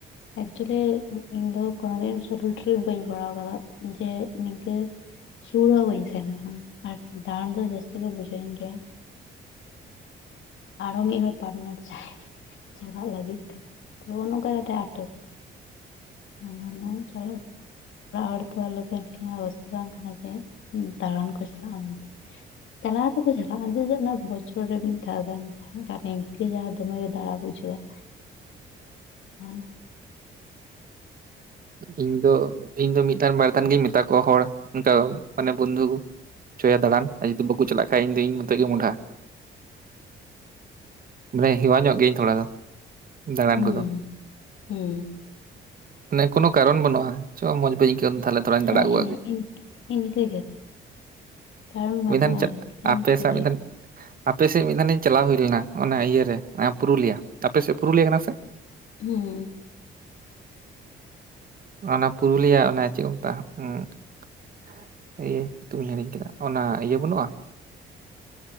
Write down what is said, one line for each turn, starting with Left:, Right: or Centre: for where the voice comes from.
Left: ᱮᱠᱡᱚᱞᱤ ᱤᱧ ᱫᱚ ᱠᱳᱱᱳ ᱫᱤᱱ ᱥᱚᱨᱚᱞ ᱴᱨᱤᱯ ᱵᱟᱹᱧ ᱠᱚᱨᱟᱣ ᱟᱠᱟᱫᱟ ᱡᱮ <unintelligible> ᱥᱩᱨ ᱦᱚᱸ ᱵᱟᱹᱧ ᱥᱮᱱ ᱠᱟᱱᱟ ᱟᱨ ᱫᱟᱬᱟᱱ ᱫᱚ ᱡᱟᱹᱥᱛᱤ ᱜᱮ ᱵᱩᱡᱷᱟᱹᱣᱤᱧ ᱜᱮᱭᱟ ᱟᱨᱚ ᱢᱤᱫ ᱦᱚᱲ ᱯᱟᱴᱱᱟᱨ ᱪᱟᱭ ᱪᱟᱞᱟᱜ ᱞᱟᱹᱜᱤᱫ ᱛᱮ ᱱᱚᱜ ᱱᱚᱝᱠᱟ ᱠᱟᱛᱮ ᱟᱴᱚᱠ <unintelligible> ᱟᱞᱮ ᱫᱚ <inaudible> ᱚᱵᱚᱹᱥᱛᱷᱟ ᱫᱚ ᱵᱟᱝ ᱠᱟᱱᱟ ᱡᱮ ᱫᱟᱬᱟᱱ ᱠᱚ ᱪᱟᱞᱟᱜᱼᱟ ᱢᱮᱱᱛᱮ ᱪᱟᱞᱹᱟᱣ ᱫᱚᱠᱚ ᱪᱟᱞᱟᱜᱼ ᱟ <inaudible> ᱵᱚᱪᱷᱚᱨ ᱨᱮ ᱢᱤᱫ ᱫᱷᱟᱣ ᱜᱟᱱ ᱱᱤᱱᱠᱟᱹ ᱡᱟᱦᱟᱸ ᱫᱚᱢᱮ ᱫᱟᱬᱟ ᱵᱩᱡᱷᱟᱹᱣ <inaudible>
Right: <unintelligible> ᱤᱧ ᱫᱚ ᱤᱧ ᱫᱚ ᱢᱤᱫᱷᱟᱱ ᱵᱟᱨ ᱫᱷᱟᱱ ᱜᱤᱧ ᱢᱮᱛᱟ ᱠᱚᱣᱟ ᱦᱚᱲ ᱚᱱᱠᱟ ᱢᱟᱱᱮ ᱵᱚᱱᱫᱷᱩ ᱪᱚ ᱭᱟ ᱫᱟᱹᱬᱟᱱ ᱟᱨ ᱡᱩᱫᱤ ᱵᱟᱠᱚ ᱪᱟᱞᱟᱜ ᱠᱷᱟᱱ ᱤᱧ ᱫᱚ ᱤᱧ ᱢᱚᱛᱮᱡ ᱜᱮ ᱢᱚᱦᱸᱟᱰᱟ ᱢᱟᱱᱮ ᱦᱮᱣᱟ ᱧᱚᱜ ᱜᱤᱭᱟᱹᱧ ᱛᱷᱚᱲᱟ ᱫᱚ ᱫᱟᱬᱟᱱ
Left: ᱦᱩᱸ
Right: ᱠᱚᱫᱚ
Left: ᱦᱩᱸ
Right: ᱢᱟᱱᱮ ᱠᱚᱱᱳ ᱠᱟᱨᱚᱱ ᱵᱟᱹᱱᱩᱜᱼᱟ ᱪᱚ ᱢᱚᱡᱽ ᱵᱟᱹ ᱟᱹᱭᱠᱟᱹᱣ ᱛᱟᱞᱦᱮ ᱛᱷᱚᱹᱲᱟᱧ
Left: ᱦᱮᱸ
Right: ᱫᱟᱸᱬᱟ ᱟᱜᱩ ᱟᱜ ᱜᱮ
Left: ᱤᱱ- ᱤᱱᱠᱟᱹ ᱜᱮ ᱠᱟᱨᱚᱱ ᱵᱟᱹᱱᱩᱜᱼᱟ
Right: ᱢᱤᱫᱫᱟᱱ ᱪᱮᱫ
Left: ᱤᱱᱠᱟᱹᱜᱮ
Right: ᱟᱯᱮ ᱥᱟᱶ ᱢᱤᱫᱫᱟᱱ ᱟᱯᱮ ᱥᱮᱫ ᱢᱤᱫ ᱫᱷᱟᱱ ᱤᱧ ᱪᱟᱞᱟᱣ ᱦᱩᱭ ᱞᱮᱱᱟ ᱚᱱᱟ ᱤᱭᱟᱹᱨᱮ ᱯᱩᱨᱩᱞᱤᱭᱟᱹᱟᱯᱮ ᱥᱮᱫ ᱯᱩᱨᱩᱞᱤᱭᱟᱹ ᱠᱟᱱᱟ ᱥᱮ
Left: ᱦᱩᱸ
Right: ᱦᱩᱸᱚᱱᱟ ᱯᱩᱨᱩᱞᱤᱭᱟᱹ ᱪᱮᱫ ᱠᱚ ᱢᱮᱛᱟᱜ <inaudible> ᱧᱩᱛᱩᱢ ᱤᱧ ᱦᱤᱲᱤᱧ ᱠᱮᱫᱟ ᱚᱱᱟ ᱤᱭᱟᱹ ᱵᱟᱹᱱᱩᱜᱼᱟ